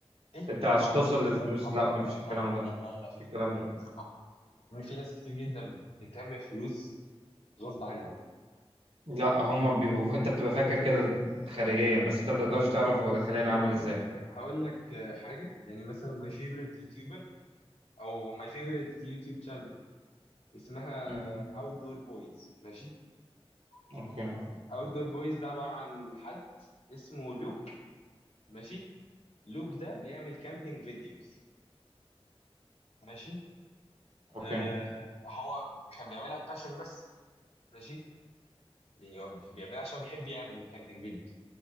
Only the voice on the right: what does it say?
انت
عشان
توصل للفلوس
لا مش
الكلام
ده
مش
الكلام
ده
لا هما بيبقوا انت بتبقى فاكر كده خارجيا بس انت ما بتقدرش
تعرف
هو داخليا
عامل
ازاي
مم.
اوكي
اوكي